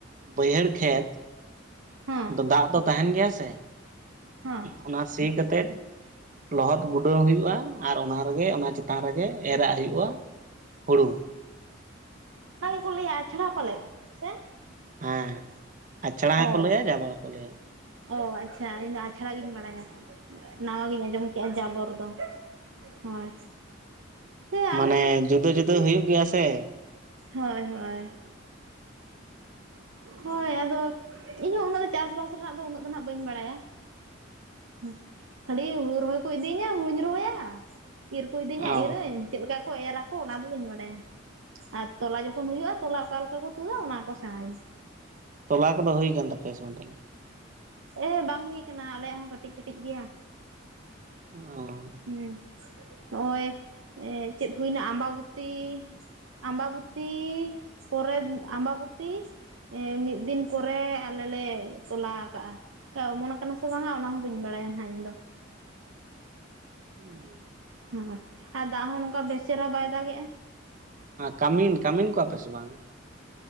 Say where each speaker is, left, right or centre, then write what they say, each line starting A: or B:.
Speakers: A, on the right (about 40°); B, on the right (about 85°).
A: ᱵᱟᱹᱭᱦᱟᱹᱲ ᱠᱷᱮᱛ
B: ᱦᱮᱸ
A: ᱫᱟᱜ ᱫᱚ ᱛᱟᱦᱮᱸᱱ ᱜᱮᱭᱟ ᱥᱮ
B: ᱦᱮᱸ
A: ᱚᱱᱟ ᱥᱤ ᱠᱟᱛᱮ ᱞᱚᱦᱚᱫ ᱜᱩᱰᱟᱹᱣ ᱦᱩᱭᱩᱜᱼᱟ ᱟᱨ ᱚᱱᱟ ᱨᱮ ᱚᱱᱟ ᱪᱮᱛᱟᱱ ᱨᱮᱜᱮ ᱮᱨᱟᱜ ᱦᱩᱭᱩᱜᱼᱟ ᱦᱩᱲᱩ
B: ᱠᱚ ᱞᱟᱹᱭᱟ ᱟᱪᱲᱟ ᱯᱟᱞᱮᱫ ᱥᱮ
A: ᱦᱮᱸ ᱟᱪᱷᱲᱟ ᱦᱚᱸᱠᱚ
B: ᱚ
A: ᱞᱟᱹᱭᱟ ᱡᱟᱵᱟ ᱦᱚᱸᱠᱚ ᱞᱟᱹᱭᱟ
B: ᱚ ᱟᱪᱪᱷᱟ ᱤᱧᱫᱚ ᱟᱪᱷᱲᱟ ᱜᱤᱧ ᱵᱟᱲᱟᱭᱟ ᱱᱟᱣᱟ ᱜᱤᱧ ᱟᱸᱡᱚᱢ ᱠᱮᱜᱼᱟ ᱡᱟᱵᱚᱨ ᱫᱚ ᱦᱳᱭ ᱦᱮᱸ
A: ᱢᱟᱱᱮ
B: ᱟᱞᱮ
A: ᱡᱩᱫᱟᱹ ᱡᱩᱫᱟᱹ ᱦᱩᱭᱩᱜ ᱜᱮᱭᱟ ᱥᱮ
B: ᱦᱚᱭ ᱦᱚᱭ ᱦᱳᱭ ᱟᱫᱚ ᱤᱧᱦᱚᱸ ᱩᱱᱟᱹᱜ ᱫᱚ ᱪᱟᱥᱼᱵᱟᱥ ᱨᱮᱱᱟᱜ ᱫᱚ ᱩᱱᱟᱹᱜ ᱫᱚ ᱱᱟᱸᱜ ᱵᱟᱹᱧ ᱵᱟᱲᱟᱭᱟ ᱦᱩᱸ ᱠᱷᱟᱹᱞᱤ ᱦᱩᱲᱩ ᱨᱚᱦᱚᱭ ᱠᱚ ᱤᱫᱤᱭᱤᱧᱟ ᱦᱩᱲᱩᱧ ᱨᱚᱦᱚᱭᱟ ᱤᱨ ᱠᱚ ᱤᱫᱤᱧᱟ
A: ᱚ
B: ᱤᱨᱟᱹᱧ ᱪᱮᱫ ᱞᱮᱠᱟ ᱠᱚ ᱮᱨᱟ ᱠᱚ ᱚᱱᱟᱫᱚ ᱵᱟᱹᱧ ᱵᱟᱰᱟᱭᱟ ᱟᱨ ᱛᱚᱞᱟ ᱡᱚᱠᱷᱚᱱ ᱦᱩᱭᱩᱜᱼᱟ ᱛᱚᱞᱟ ᱚᱠᱟ ᱞᱮᱠᱟ ᱠᱚ ᱛᱩᱫᱟ ᱚᱱᱟ ᱠᱚ ᱥᱮᱬᱟᱤᱧ
A: ᱛᱚᱞᱟ ᱠᱚᱫᱚ ᱦᱩᱭ ᱠᱟᱱ ᱛᱟᱯᱮᱭᱟ ᱥᱮ ᱵᱟᱝ ᱛᱟᱞᱮ
B: ᱮᱻ ᱵᱟᱝ ᱦᱩᱭ ᱠᱟᱱᱟ ᱟᱞᱮᱭᱟᱜ ᱦᱚᱸ ᱠᱟᱹᱴᱤᱡ ᱠᱟᱹᱴᱤᱡ ᱜᱮᱭᱟ
A: <unintelligible>
B: ᱦᱩᱸ ᱱᱚᱜᱼᱚᱭ ᱮᱹᱪᱮᱫ ᱦᱩᱭᱱᱟ ᱟᱵᱟᱵᱚᱛᱤ ᱟᱵᱟᱵᱚᱛᱤᱻ ᱯᱚᱨᱮ ᱟᱵᱟᱵᱚᱛᱤ ᱮᱹ ᱢᱤᱫ ᱫᱤᱱ ᱯᱚᱨᱮᱻ ᱟᱞᱮ ᱞᱮ ᱛᱚᱞᱟ ᱟᱠᱟᱜᱼᱟ ᱚᱢᱚᱱ ᱠᱟᱱᱟ ᱥᱮ ᱵᱟᱝᱟ ᱚᱱᱟ ᱦᱚᱸ ᱵᱟᱹᱧ ᱵᱟᱲᱟᱭᱟ ᱦᱟᱸᱜ ᱤᱧᱫᱚ
A: ᱦᱩᱸ
B: ᱦᱳᱭ ᱟᱨ ᱫᱟᱜ ᱦᱚᱸ ᱱᱚᱝᱠᱟ ᱵᱮᱥ ᱪᱮᱦᱨᱟ ᱵᱟᱭ ᱫᱟᱜ ᱜᱮᱭᱟ
A: ᱠᱟᱹᱢᱤᱱ ᱠᱟᱹᱢᱤᱱ ᱠᱚᱣᱟ ᱯᱮ ᱥᱮ ᱵᱟᱝ